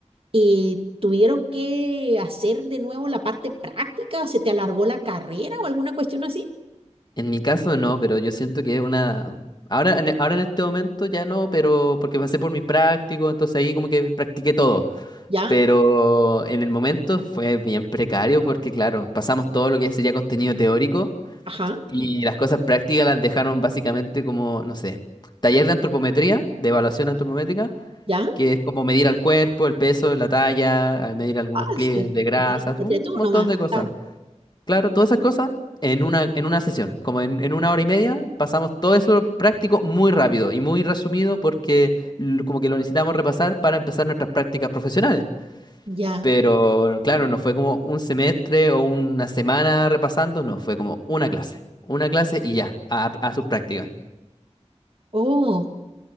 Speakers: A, on the right; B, on the left.
A: eh, ¿tuvieron que hacer de nuevo la parte práctica? ¿Se te alargó la carrera o alguna cuestión así?
B: En mi caso no, pero yo siento que es una... Ahora en, ahora en este momento ya no, pero porque pasé por mi práctico, entonces ahí como que practiqué todo.
A: ¿Ya?
B: Pero en el momento fue bien precario porque, claro, pasamos todo lo que sería contenido teórico
A: Ajá,
B: Y las cosas prácticas las dejaron básicamente como, no sé, taller de antropometría, de evaluación antropométrica,
A: ¿ya?
B: que es como medir al cuerpo, el peso, la talla, al medir algunos
A: Ah,
B: pliegues
A: sí.
B: de grasa,
A: Dígate
B: un
A: tú
B: montón
A: nomás,
B: de cosas.
A: claro.
B: Claro, todas esas cosas en una, en una sesión, como en, en una hora y media, pasamos todo eso práctico muy rápido y muy resumido porque l- como que lo necesitamos repasar para empezar nuestras prácticas profesionales.
A: Ya.
B: Pero claro, no fue como un semestre o una semana repasando, no, fue como una clase, una clase y ya, a, a sus prácticas.
A: Oh.